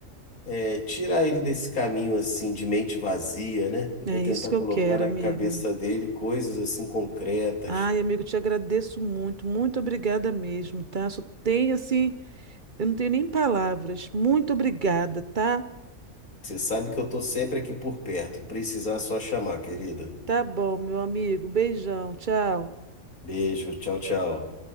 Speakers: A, on the left; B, on the right.
A: é, tirar ele desse caminho assim de mente vazia, né? Eu
B: É
A: vou tentar
B: isso que
A: colocar
B: eu quero,
A: na
B: amiga.
A: cabeça dele coisas assim concretas.
B: Ai, amigo, te agradeço muito, muito obrigada mesmo, tá? Só tem assim, eu não tenho nem palavras. Muito obrigada, tá?
A: Você sabe que eu tô sempre aqui por perto. Precisar é só chamar, querida.
B: Tá bom, meu amigo. Beijão, tchau.
A: Beijo, tchau, tchau.